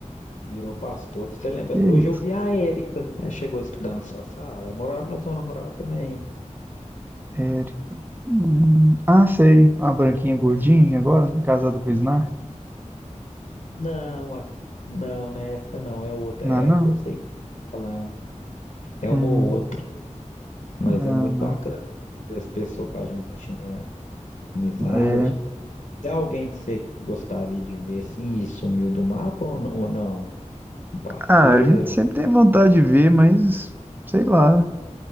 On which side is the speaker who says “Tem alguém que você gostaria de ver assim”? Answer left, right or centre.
Left